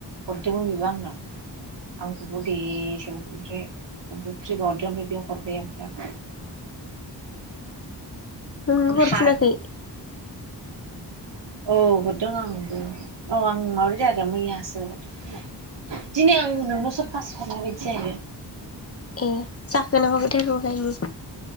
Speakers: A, on the right; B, on the left.
A: हरदोंमोन बेबो आंनाव। आं ग्रुपआव दे सो ओमफ्राय फ्रि बा हरदो ओमफ्राय बेयाव हरबाय ओमफ्राय आंनाव।
B: नों
A: ओम
B: हरफिनाखै
A: हा औ हरदों आंबो, औ आं माबोरै जाया मैयासो हरदोंमोन खोमा। दिनै आं नोंनोसो पार्स्त हरनाय बायदि जाहैबाय।
B: ए जाखोना माखोथाय र' नायनि।